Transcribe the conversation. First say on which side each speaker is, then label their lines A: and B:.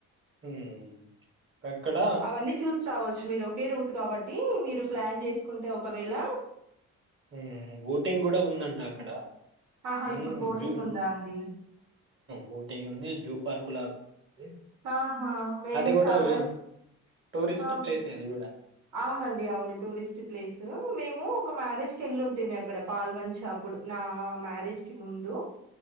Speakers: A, on the right; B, on the right.
A: ఉమ్ ఎక్కడ
B: అవన్నీ చూసి రావచ్చు మీరు ఒకే రూట్ కాబట్టి మీరు మీరు ప్లాన్ చేసుకుంటే ఒకవేళ
A: ఉమ్ బోటింగ్ కూడా ఉందంట అక్కడ
B: ఆహా
A: ఉమ్
B: ఇప్పుడు బోటింగ్
A: జు
B: ఉందా అండి
A: బోటింగ్ ఉంది జూ పార్క్ లాగుంది
B: ఆహా మేము
A: అది కూడా
B: చాలా
A: వోయినం టూరిస్ట్
B: ఆ
A: ప్లేస్ అది కూడా
B: అవునండి అవును టూరిస్ట్ ప్లేస్ మేము ఒక మ్యారేజ్ కు వెళ్ళిఉంటిమి అక్కడ పాల్వంచ అప్పుడు నా మ్యారేజ్ కి ముందు